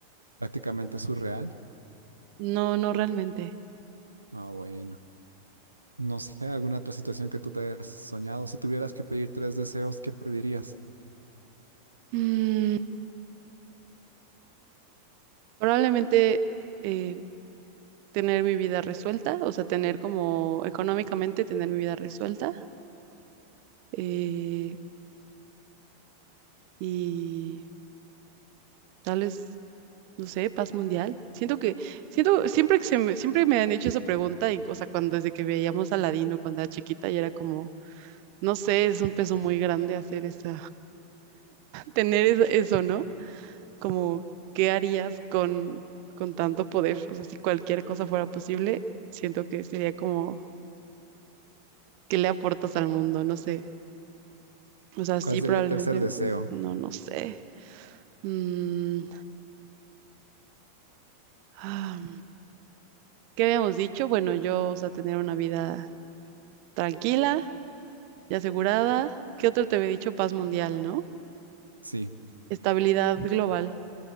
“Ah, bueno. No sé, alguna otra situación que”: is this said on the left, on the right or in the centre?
Right